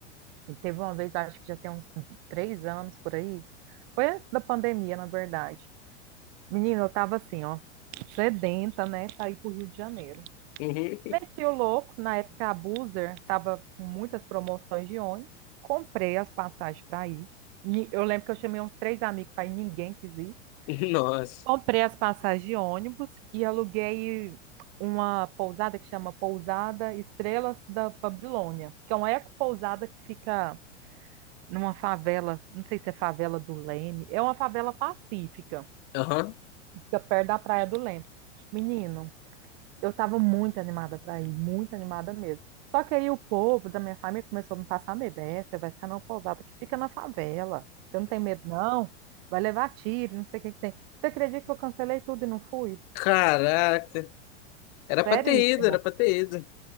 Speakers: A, on the right; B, on the left.
A: e teve uma vez, acho que já tem uns três anos por aí. Foi antes da pandemia, na verdade. Menina, eu tava assim, ó, sedenta, né, sair pro Rio de Janeiro.
B: Uhum.
A: Meti o louco, na época a Buser estava com muitas promoções de ônibus, comprei as passagens para ir. Ni- Eu lembro que eu chamei uns três amigos para ir, ninguém quis ir.
B: <laughs> Nossa.
A: Comprei as passagens de ônibus e aluguei uma pousada que chama Pousada Estrelas da Babilônia, que é uma ecopousada que fica numa favela, não sei se é favela do Leme, é uma favela pacífica,
B: Aham.
A: que fica perto da Praia do Leme. Menino, eu estava muito animada para ir, muito animada mesmo. Só que aí o povo da minha família começou a me passar medo. É, você vai ficar numa pousada que fica na favela. Você não tem medo, não? Vai levar tiro, não sei o que que tem. Você acredita que eu cancelei tudo e não fui?
B: Caraca. Era
A: Seríssimo.
B: pra ter ido, era pra ter ido.